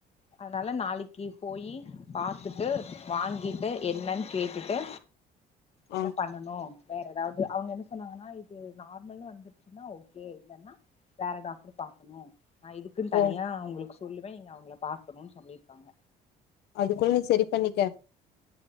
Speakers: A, on the left; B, on the left.
A: அதனால நாளைக்கு போயி பாத்துட்டு வாங்கிட்டு என்னன்னு கேட்டு வு
B: ஆ
A: என்ன பண்ணனு வேற ஏதாவது அவங்க என்ன சொன்னாங்கன்னா இது நார்மல்னு வந்துருச்சுன்னா ஓகே இல்லேன்னா வேற டாக்டர் பாக்கணு நா இதுக்குன்னு தனியா
B: ஓ
A: உங்களுக்கு சொல்லுமே நீங்க அவங்கள பாக்கணும்னு சொல்லியிருக்காங்க
B: அதுக்குள்ள நீ சேரி பண்ணிக்க